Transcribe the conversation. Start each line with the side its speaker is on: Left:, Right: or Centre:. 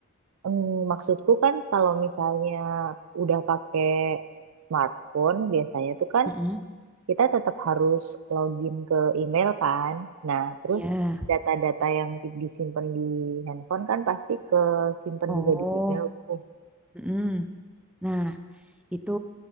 Right: mm, maksudku kan kalau misalnya udah pakai smartphone biasanya tuh kan
Centre: Mm-mm.
Right: kita tetap harus login ke email kan. Nah, terus
Centre: Iya.
Right: data-data yang di- disimpan di handphone kan pasti ke simpan
Centre: Oh.
Right: juga di email tuh.
Centre: mm-mm. Nah, itu